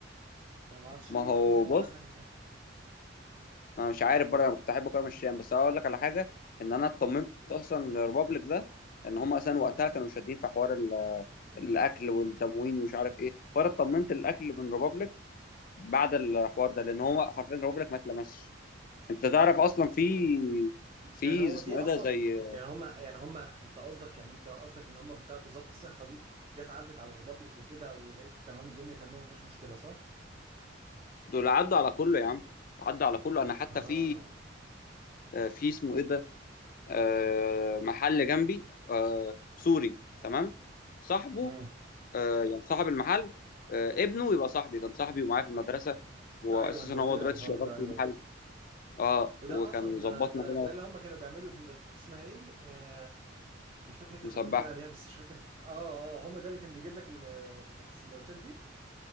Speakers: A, on the right; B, on the left.
A: يعني ما اعرفش
B: ما
A: ليه
B: هو
A: ايه اللي هو
B: بص
A: عمله ده
B: انا مش عارف برضه انا كنت احبه كده مشيان بس هقول لك على حاجه ان انا اطمنت اصلا للريبابليك ده ان هم اصلا
A: مم.
B: وقتها كانوا شادين في حوار ال- الاكل والتموين ومش عارف ايه فانا اطمنت الاكل من ريبابليك بعد الحوار ده لان هو حرفيا ريبابليك ما اتلمسش انت تعرف اصلا في في
A: يعني هو
B: اسمه
A: جه
B: ايه
A: اصلا
B: ده زي
A: يعني هم يعني هم انت قصدك يعني انت قصدك ان هم بتاعت وزارة الصحة دي جت عدت على الريبابليك وكده ولقيت تمام الدنيا تمام مفيش مشكلة صح؟
B: دول عدوا على كله يا عم عدوا على كله انا حتى
A: اه
B: في في اسمه ايه ده آه، محل جنبي آه، سوري تمام صاحبه
A: امم
B: آه يعني صاحب المحل آه ابنه يبقى صاحبي كان صاحبي ومعايا في المدرسة وأساسا
A: ايوه ما انت قلت
B: هو
A: لي
B: دلوقتي
A: على الحوار
B: شغال
A: ده ايوه
B: في المحل اه
A: وده
B: وكان
A: اصلا
B: ظبطنا
A: ده ده
B: هنا
A: ده اللي هم كانوا بيعملوا سندوتشات اسمها ايه آه مش فاكر انت
B: مسبحة
A: كنت قلت لي عليها بس مش فاكر اه اه هم ده اللي كان بيجيب لك ال- السندوتشات دي